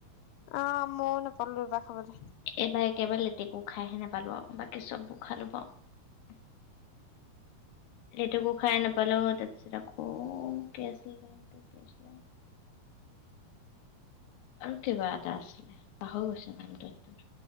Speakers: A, on the left; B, on the left.
A: অ', মই নে পলো পখ প বুলি।
B: এইবাৰ একেবাৰে লেটেকো খাইহে নোপালো আৰু বাকী চবো খালো বাৰু। লেটোকো খাই নাপালোঁ, তাৰপিছত আকৌ কি আছিলে কি আছিলে আৰু কিবা এটা আছিলে পাহৰি গৈছে নামটো সেইটো।